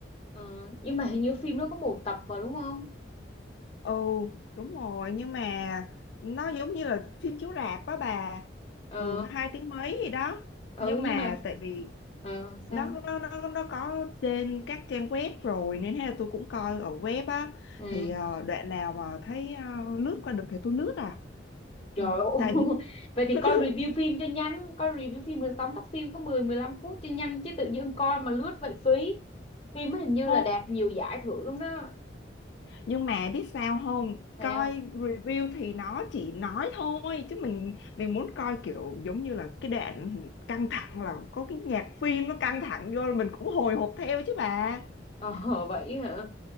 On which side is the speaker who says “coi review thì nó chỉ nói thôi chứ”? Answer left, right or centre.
Left